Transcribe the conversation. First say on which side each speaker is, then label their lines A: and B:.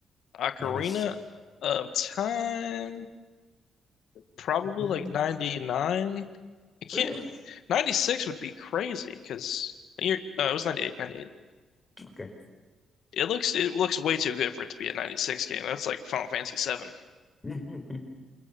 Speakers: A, on the left; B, on the left.
A: Ocarina
B: 90,
A: of Time, probably
B: 9?
A: like 99. I can't,
B: Really?
A: 96 would be crazy because you're, no, it was 98, 98.
B: Okay.
A: It looks it looks way too good for it to be a 96 game. That's like Final Fantasy 7.
B: <laughs> I